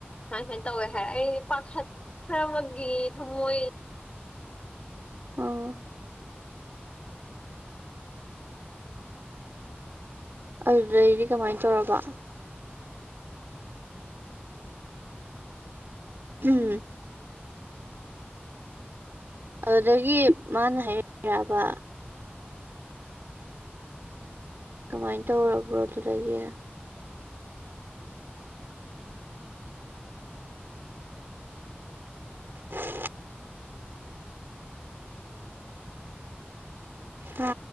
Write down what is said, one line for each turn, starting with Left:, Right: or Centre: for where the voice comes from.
Left: ꯁꯨꯃꯥꯏ ꯁꯨꯃꯥꯏꯅ ꯇꯧꯋꯦ ꯍꯥꯏ ꯑꯩ ꯄꯥꯈꯠꯈ꯭ꯔꯕꯒꯤ ꯊꯝꯃꯣꯏ
Right: ꯎꯝ ꯑꯗꯨꯗꯩꯗꯤ ꯀꯃꯥꯏꯅ ꯇꯧꯔꯕ ꯎꯝ ꯑꯗꯨꯗꯒꯤ ꯃꯥꯅ ꯍꯥꯏꯔꯕ ꯀꯃꯥꯏꯅ ꯇꯧꯔꯕ꯭ꯔꯣ ꯑꯗꯨꯗꯒꯤ <inaudible> ꯍꯥ